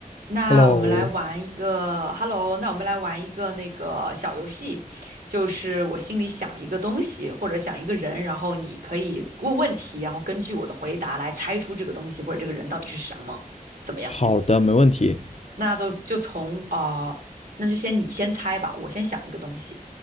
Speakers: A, on the right; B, on the left.
A: 那我们来玩一个，Hello，
B: Hello，
A: 那我们来玩一个那个小游戏，就是我心里想一个东西或者想一个人，然后你可以问问题，然后根据我的回答来猜出这个东西或者这个人到底是什么，怎么样？
B: 好的，没问题。
A: 那就就从啊，那就先你先猜吧，我先想一个东西，